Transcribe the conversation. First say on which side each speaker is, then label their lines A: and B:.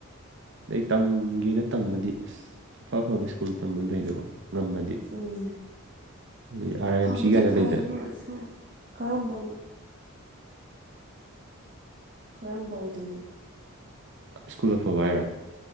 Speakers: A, on the right (about 55°); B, on the right (about 40°).
A: ꯑꯗꯩ ꯇꯝ ꯒꯦꯅ ꯇꯝꯃꯗꯤ ꯑꯁ ꯑꯐ ꯑꯐꯕ ꯁ꯭ꯀꯨꯜ ꯇꯝꯕ ꯂꯩꯗꯀꯣ ꯉꯝꯃꯗꯤ
B: ꯎꯝ
A: ꯍꯥꯏꯗꯤ ꯑꯥꯔ ꯑꯥꯏ
B: ꯐꯕꯨꯗꯤ
A: ꯑꯦꯝ ꯁꯤ ꯀꯥꯏꯅ
B: ꯐꯩ
A: ꯂꯩꯗꯅ
B: ꯑꯗꯨ ꯑꫭꯏꯔꯁꯨ ꯀꯔꯝꯕꯅꯣ ꯀꯔꯝꯕ ꯑꯣꯏꯗꯣꯏꯅꯣ
A: ꯁ꯭ꯀꯨꯜ ꯑꯐꯕ ꯍꯥꯏꯔꯣ